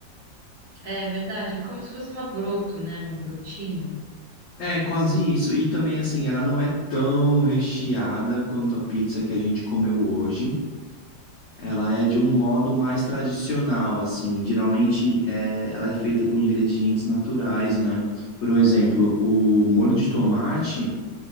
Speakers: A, on the right; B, on the left.
A: é verdade, é como se fosse uma broto, né? Uma brotinho.
B: É, quase isso. E também, assim, ela não é tão recheada quanto a pizza que a gente comeu hoje. Ela é de um modo mais tradicional, assim. Geralmente é, ela é feita com ingredientes naturais, né? Por um exemplo, o molho de tomate